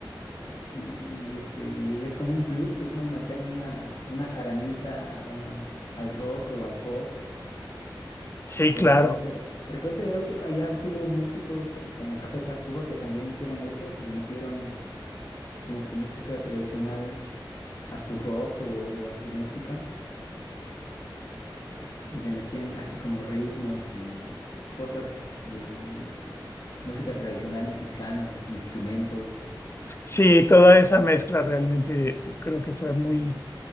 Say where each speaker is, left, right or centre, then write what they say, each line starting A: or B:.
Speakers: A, on the left; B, on the left.
A: Y, y- y, este, y es como un plus, pues, ¿no? Meterle una, una jaranita a- a- al rock o al pop.
B: Sí,
A: De
B: claro.
A: repente, de repente ya ves, que- ah, ya ves que hubo músicos como Café Tacuba que también hicieron eso, que le metieron como que música tradicional a su rock o, o a su música y le metían así como ritmos y cosas de música tradicional mexicana, de- instrumentos.
B: Sí, toda esa mezcla realmente creo que fue muy,